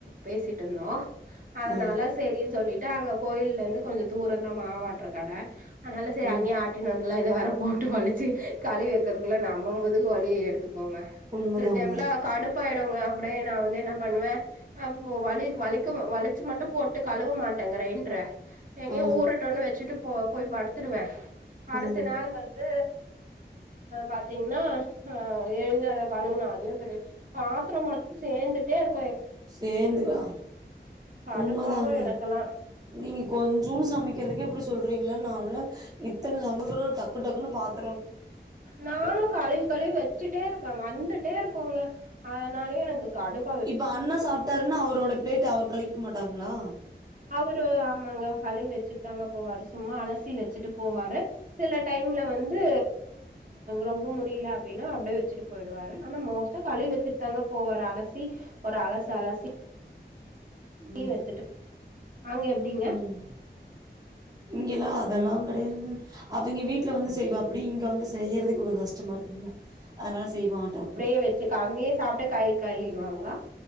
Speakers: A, on the right (about 45°); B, on the right (about 20°).
A: பேசிட்டுந்தோ அதனால
B: ஆ
A: செரி சொல்லிட்டு அங்க கோயில்லந்து கொஞ்சோ தூரோதா மாவாட்ற கட அதனால சரி
B: ம்
A: அங்கேயே ஆட்டின்னு வந்துலா இத வேற போட்டு வலிச்சு கழிவி வெக்கிறதுக்குள்ள நம்ம முதுகு வலி எடுத்துக்கோங்க
B: உண்மதா
A: சில டைம்ல
B: உண்மதா
A: ப்பாயுடுங்க அப்டியே நா வந் என்ன பண்ணுவே அப்போ வலிக் வலிக்க வளிச்சு மட்டு போட்டு கழுவ மாட்டேங்கிறேங் கிற எங்யோ
B: ஆ
A: ஊறடோன்னு வெச்சுட்டு போ போய் படுத்துடுவே அடுத்த
B: ம்
A: நாள் வந்து பாத்தீங்ன்னா எழுந்து அத கழுவுனா அதுவே பெரிய பாத்ரோ மட்டு சேந்துட்டே இரு
B: சேந்துகா
A: கடுப்பாவு
B: உண்மதாங்க
A: எனக்கெல்லா
B: நீங்க கொஞ்சுன்னு சமைக்கறதுக்கே இப்டி சொல்றீங்ளே நாலா இத்தன <unintelligible> டக்கு டக்குன்னு பாத்
A: நானு கழுவி கழுவி வச்சுட்டே இருப்பே வந்துட்டே இருக்குகோங்க அதனாலயே எனக்கு கடுப்
B: இப்ப அண்ணா சாப்ட்டாருன்னா அவரோட பிளேட்ட அவுரு கழுவிகி மாட்டாங்ளா
A: அவுரு ஆமாங்க கழுவி வச்சுட் தாங்க போவாரு சும்மா அலசி வச்சுட்டு போவாரு சில டைம்ல வந்து ரொம்ப முடில அப்டின்னா அப்டியே வச்சிட் பொயிடுவாரு ஆனா மோஸ்டா கழுவி வச்சுட் தாங்க போவாரு அலசி ஒரு அலசு அலசி
B: ம்
A: வச்சுட்டு அங்க எப்டிங்க
B: ம் இங்கெல்லா அதெல்லா கெடையாதுங்க அவிங்க வீ ட்ல வந்து செய்வாப்டி இங்க வந்து செய்யறதுக்கு கொஞ்சோ கஷ்டமா இருக்கும்ல அதனால செய்வாட்டாப்டி
A: அப்டியே வெச்சு அங்கயே சாப்ட்ட கை கழுவிடுவாங்களா